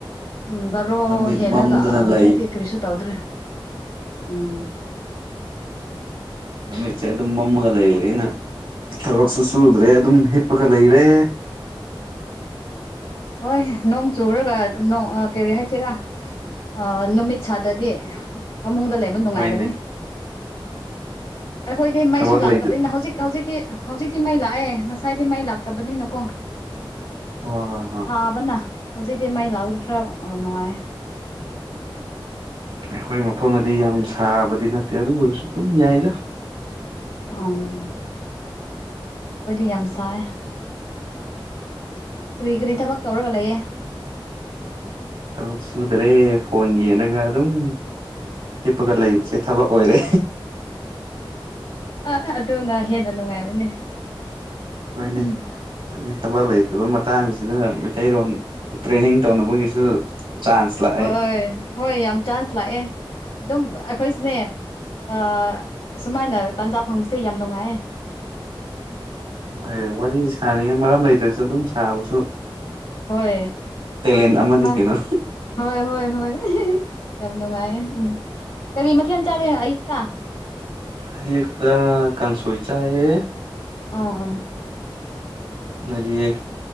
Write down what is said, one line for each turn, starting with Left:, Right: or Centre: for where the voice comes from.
Left: ꯎꯝ ꯕꯥꯔꯣ
Right: ꯅꯨꯃꯤꯠ
Left: ꯍꯦꯜꯂꯒ
Right: ꯃꯝꯗꯅ
Left: ꯍꯧꯖꯤꯛꯇꯤ
Right: ꯂꯩ
Left: ꯀꯔꯤꯁꯨ ꯇꯧꯗ꯭ꯔꯦ ꯎꯝ
Right: ꯅꯨꯃꯤꯠꯁꯦ ꯑꯗꯨꯝ ꯃꯝꯃꯒ ꯂꯩꯕ ꯑꯩꯅ ꯊꯕꯛꯁꯨ ꯁꯨꯗ꯭ꯔꯦ ꯑꯗꯨꯝ ꯍꯤꯞꯄꯒ ꯂꯩꯔꯦ
Left: ꯍꯣꯏ ꯅꯣꯡ ꯆꯨꯔꯒ ꯅꯣꯡ ꯀꯔꯤ ꯍꯥꯏꯁꯤꯔꯥ ꯑ ꯅꯨꯃꯤꯠ ꯁꯥꯗꯗꯤ ꯐꯃꯨꯡꯗ ꯂꯩꯕ ꯅꯨꯡꯉꯥꯏꯒꯅꯤ
Right: ꯍꯣꯏꯅꯦ
Left: ꯑꯩꯈꯣꯏꯗꯤ ꯃꯩꯁꯨ
Right: ꯊꯕꯛ
Left: ꯂꯥꯛꯇꯕꯅꯤꯅ
Right: ꯂꯩꯇ
Left: ꯍꯧꯖꯤꯛ ꯍꯧꯖꯤꯛꯇꯤ ꯍꯧꯖꯤꯛꯇꯤ ꯃꯩ ꯂꯥꯛꯑꯦ ꯉꯁꯥꯏꯗꯤ ꯃꯩ ꯂꯥꯛꯇꯕꯅꯤꯅꯀꯣ
Right: ꯍꯣꯏ ꯍꯣꯏ ꯍꯣꯏ
Left: ꯇꯥꯕꯅ ꯍꯧꯖꯤꯛꯇꯤ ꯃꯥꯏ ꯂꯥꯛ ꯈꯔ ꯅꯨꯡꯉꯥꯏꯌꯦ
Right: ꯑꯩꯈꯣꯏ ꯃꯐꯝꯗꯗꯤ ꯌꯥꯝ ꯁꯥꯕꯗꯤ ꯅꯠꯇꯦ ꯑꯗꯨ ꯑꯣꯏꯔꯁꯨ ꯑꯗꯨꯝ ꯌꯥꯏꯗ
Left: ꯎꯝ ꯑꯩꯈꯣꯏꯗꯤ ꯌꯥꯝ ꯁꯥꯏ ꯀꯔꯤ ꯀꯔꯤ ꯊꯕꯛ ꯇꯧꯔꯒ ꯂꯩꯌꯦ
Right: ꯊꯕꯛ ꯁꯨꯗ꯭ꯔꯦ ꯐꯣꯟ ꯌꯦꯅꯒ ꯑꯗꯨꯝ ꯍꯤꯞꯄꯒ ꯂꯩꯕꯁꯦ ꯊꯕꯛ ꯑꯣꯏꯔꯦ
Left: ꯑ ꯑꯗꯨꯅ ꯍꯦꯟꯅ ꯅꯨꯡꯉꯥꯏꯕꯅꯦ
Right: ꯍꯣꯏꯅꯦ
Left: ꯎꯝ
Right: ꯍꯥꯏꯗꯤ ꯊꯕꯛ ꯂꯩꯇꯕ ꯃꯇꯥꯡꯁꯤꯗ ꯃꯩꯇꯩꯔꯣꯟ ꯇ꯭ꯔꯦꯅꯤꯡ ꯇꯧꯅꯕꯒꯤꯁꯨ ꯆꯥꯟꯁ ꯂꯥꯛꯑꯦ
Left: ꯍꯣꯏ ꯍꯣꯏ ꯌꯥꯝ ꯆꯥꯟꯁ ꯂꯥꯛꯑꯦ ꯑꯗꯨꯝ ꯑꯩꯈꯣꯏꯁꯨꯅꯦ ꯑ ꯁꯨꯃꯥꯏꯅ ꯇꯥꯟꯖꯥ ꯐꯪꯕꯁꯦ ꯌꯥꯝ ꯅꯨꯡꯉꯥꯏꯌꯦ
Right: ꯑꯦ ꯋꯥꯔꯤ ꯁꯥꯅꯤꯡꯉꯩ ꯃꯔꯝ ꯂꯩꯇ꯭ꯔꯁꯨ ꯑꯗꯨꯝ ꯁꯥꯕꯁꯨ
Left: ꯍꯣꯏ
Right: ꯇꯦꯂꯦꯟ ꯑꯃꯅꯤ
Left: ꯁꯨꯃꯥꯏ
Right: ꯀꯩꯅꯣ
Left: ꯍꯣꯏ ꯍꯣꯏ ꯍꯣꯏ ꯌꯥꯝ ꯅꯨꯡꯉꯥꯏꯌꯦ ꯎꯝ ꯀꯔꯤ ꯃꯊꯦꯟ ꯆꯥꯔꯦ ꯑꯌꯨꯛꯇ
Right: ꯑꯌꯨꯛꯇ ꯀꯥꯡꯁꯣꯏ ꯆꯥꯏꯌꯦ
Left: ꯎꯝ ꯎꯝ
Right: ꯅꯣꯏꯗꯤ